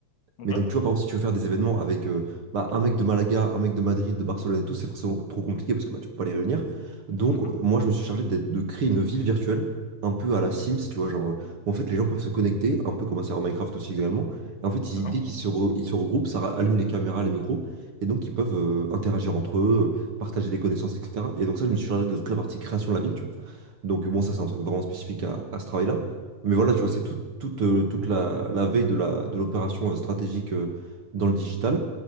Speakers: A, on the left; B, on the right.
A: Donc
B: Mais
A: là
B: donc, tu vois, par exemple, si tu veux faire des événements avec euh, bah, un mec de Malaga, un mec de Madrid, de Barcelone et tout, c'est forcément trop compliqué parce que bah, tu peux pas les réunir. Donc,
A: Mhm.
B: moi, je me suis chargé d'être- de créer une ville virtuelle, un peu à la Sims, tu vois, genre, euh, où en fait, les gens peuvent se connecter, un peu comme un serveur Minecraft aussi également. Et en fait,
A: D'accord.
B: ils- dès qu'ils se, re- ils se regroupent, ça ra- allume les caméras, les micros, et donc ils peuvent euh, interagir entre eux, euh, partager des connaissances, etc. Et donc, ça, je me suis chargé de toute la partie création de la ville, tu vois. Donc, bon, ça, c'est un truc vraiment spécifique à, à ce travail-là. Mais voilà, tu vois, c'est toute toute, euh, toute la, la veille de la, de l'opération euh, stratégique euh, dans le digital.